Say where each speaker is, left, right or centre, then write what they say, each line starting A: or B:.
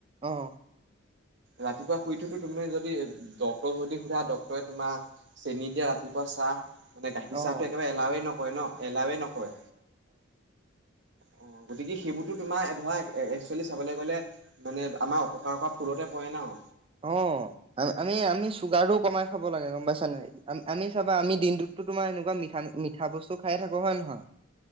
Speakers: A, on the right; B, on the right.
A: আহ
B: ৰাতিপুৱা শুই থোতো তুমি যদি ডক্তৰক যদি সুধা ডক্তৰে তোমাৰ চেনী দিয়া ৰাতিপুৱা চাহ। মানে গাখীৰ
A: অ অ
B: চাহটো একেবাৰে এলাওে নকৰে ন এলাওে নকৰে। অ গতিকে সেইবোৰতো তোমাৰ ধৰা একচুৱেলি চাবলৈ গলে মানে আমাৰ অপকাৰ কৰা ফুৰতে। কইনাও
A: অ আমি আমি চুগাৰ টো কমাই খাব লাগে গম পাইছো। চ নাই আম। আমি চাবা আমি দিনতোত এনেকোৱা মিঠা। মিঠা বস্তু খাই থাকো হয় নহয়।